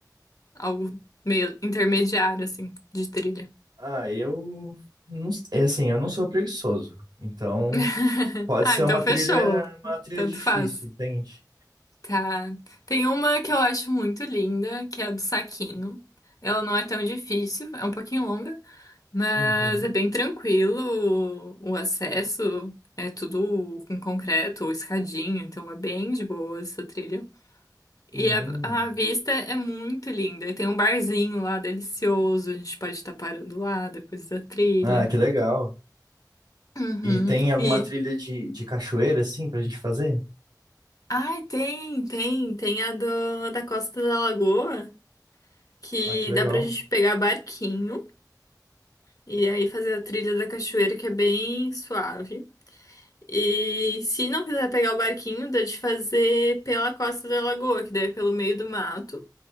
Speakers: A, on the left; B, on the right.
A: algo meio intermediário, assim, de trilha?
B: Ah, eu não, é assim, eu não sou preguiçoso. Então,
A: <laughs>
B: pode
A: Ah,
B: ser
A: então
B: uma
A: fechou.
B: trilha, uma trilha
A: Tanto
B: difícil,
A: faz.
B: entende?
A: Tá. Tem uma que eu acho muito linda, que é a do saquinho. Ela não é tão difícil, é um pouquinho longa, mas
B: Uhum.
A: é bem tranquilo o o acesso. É tudo com concreto, ou escadinha, então é bem de boa essa trilha. E
B: Hum.
A: a, a vista é muito linda. E tem um barzinho lá delicioso, a gente pode estar parando lá depois da trilha.
B: Ah, que legal.
A: Uhum.
B: E tem alguma
A: E
B: trilha de, de cachoeira, assim, pra gente fazer?
A: Ai, tem, tem. Tem a do, da Costa da Lagoa, que
B: Ah, que legal.
A: dá pra gente pegar barquinho e aí fazer a trilha da cachoeira, que é bem suave. E se não quiser pegar o barquinho, dá de fazer pela Costa da Lagoa, que daí é pelo meio do mato.